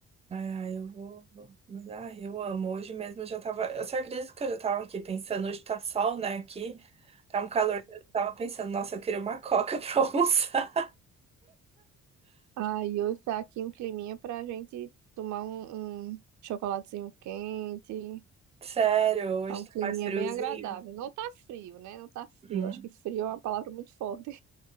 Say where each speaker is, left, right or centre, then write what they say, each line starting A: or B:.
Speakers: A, on the right; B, on the right.
A: Ah, eu vou. Mas, ai, eu amo. Hoje mesmo eu já tava. Você acredita que eu já tava aqui pensando? Hoje tá sol, né? Aqui tá um calor. Eu tava pensando, nossa, eu queria uma coca <laughs> pra almoçar.
B: Aí hoje tá aqui um climinha pra gente tomar um, um chocolatezinho quente.
A: Sério, hoje
B: Tá um
A: tá
B: climinha
A: mais friozinho.
B: bem agradável. Não tá frio, né? Não tá frio.
A: Hum?
B: Acho que frio é uma palavra muito forte.